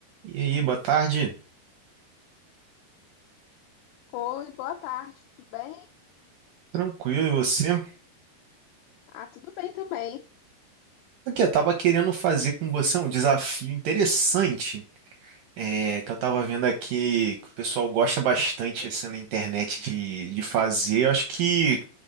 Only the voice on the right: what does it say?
E aí, boa tarde.
Tranquilo, e você?
Aqui, eu tava querendo fazer com você um desafio interessante, é, que eu tava vendo aqui que o pessoal gosta bastante assim, na internet de, de fazer. Eu acho que